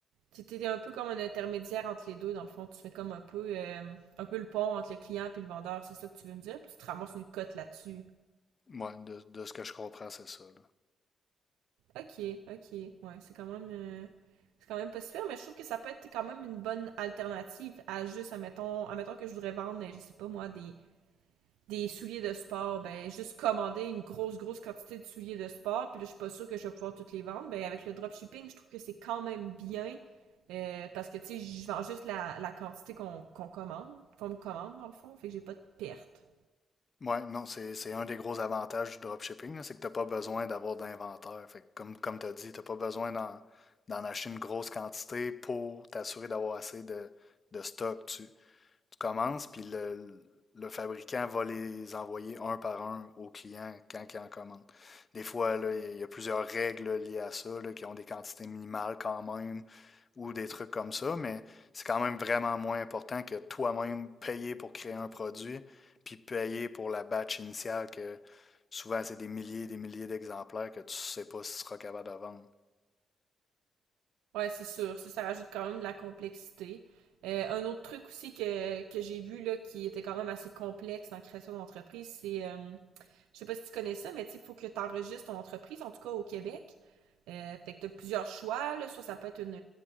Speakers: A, on the right; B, on the left.
A: C'était un peu comme un intermédiaire entre les deux, dans le fond. Tu fais comme un peu, euh, un peu le pont entre le client et le vendeur, c'est ça que tu veux me dire, puis tu te ramasses une cote là-dessus.
B: Moi, de, de ce que je comprends, c'est ça. là.
A: Ok, ok, ouais, c'est quand même, euh, c'est quand même pas super, mais je trouve que ça peut être quand même une bonne alternative à juste, admettons, admettons que je voudrais vendre, je sais pas moi, des, des souliers de sport, ben juste commander une grosse grosse quantité de souliers de sport, puis là je suis pas sûre que je vais pouvoir toutes les vendre. Ben avec le dropshipping, je trouve que c'est quand même bien euh, parce que tu sais, je vends juste la, la quantité qu'on qu'on commande, qu'on me commande dans le fond, fait que j'ai pas de perte.
B: Ouais, non, c'est c'est un des gros avantages du dropshipping, là, c'est que tu n'as pas besoin d'avoir de l'inventaire. Fait que comme, comme tu as dit, tu n'as pas besoin d'en d'en acheter une grosse quantité pour t'assurer d'avoir assez de, de stock. Tu, tu commences, puis le, le fabricant va les envoyer un par un au client quand il en commande. Des fois, là, il y a plusieurs règles liées à ça, là, qui ont des quantités minimales quand même, ou des trucs comme ça, mais c'est quand même vraiment moins important que toi-même payer pour créer un produit, puis payer pour la batch initiale, que souvent c'est des milliers et des milliers d'exemplaires que tu ne sais pas si tu seras capable de vendre.
A: Ouais, c'est sûr, ça ça rajoute quand même de la complexité. Euh, un autre truc aussi que, que j'ai vu là qui était quand même assez complexe dans la création d'entreprise, c'est euh, je sais pas si tu connais ça, mais tu il faut que tu enregistres ton entreprise, en tout cas au Québec. Euh, fait que tu as plusieurs choix, là. soit ça peut être une,